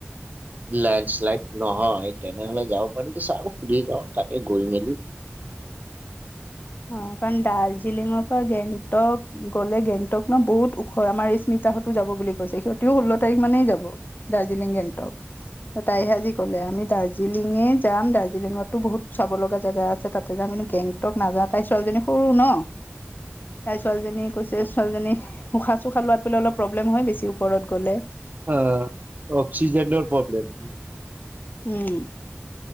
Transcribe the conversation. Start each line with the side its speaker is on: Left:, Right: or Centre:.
Right: লেণ্ডস্লাইড নহয় তেনেহলে যাব পাৰি চাও সুধি লওঁ তাকে গৈ মেলি
Left: অ কাৰণ দাৰ্জিলিঙৰ পৰা গেংটক গলে গেংটক ন বহুত ওখ, আমাৰ স্মৃতি সপ্তাহতো যাব বুলি কৈছে সিহঁতিও ষোল্ল তাৰিখ মানেই যাব দাৰ্জিলিং গেংটক তাই সজি ক'লে আমি দাৰ্জিলিঙে যাম, দাৰ্জিলিঙতো বহুত চাব লগা জেগা আছে তাতে যাম। গেংটক নাযাও তাই ছোৱালীজনী সৰু ন তাই ছোৱালীজনী কৈছে, ছোৱালীজনী উশাহ চুশাহ লোৱাত অলপ প্ৰব্লেম হয়, বেছি ওপৰত গ'লে।
Right: অ অক্সিজেনৰ প্ৰব্লেম হয়
Left: উম